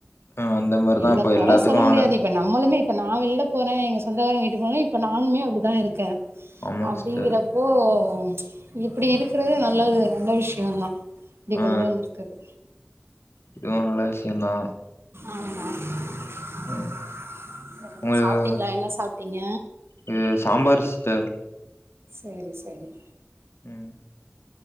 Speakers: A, on the left; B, on the right.
A: ஆ அந்த மாரிதா
B: இல்ல
A: இப்ப
B: கொற
A: எல்லாத்துக்கு
B: சொல்ல
A: ஆளு
B: முடியாது இப் ப நம்மளுமே இப்ப நா வெள்ல போறே எங்க சொந்தக்காரங்க வீட்டுக்குபோனாலே இப்ப நானுமே அப்டிதா இருக்கே
A: ஆமா
B: அப்டிங்கிறப்போ
A: சிஸ்டர்
B: ப்ச் இப்டி இருக்கறது நல்லது நல்ல விஷ்யோந்தா
A: ஆ
B: கொண்டு வந்துருக்கது
A: இதுவு நல்ல விஷ்யந்தா
B: ஆமா <unintelligible>
A: ம் உங்களுக்கு
B: சாப்ட்டீங்ளா என்ன சாப்ட்டீங்க
A: இது சாம்பாரு சிஸ்டர்
B: சரி சரி
A: ம்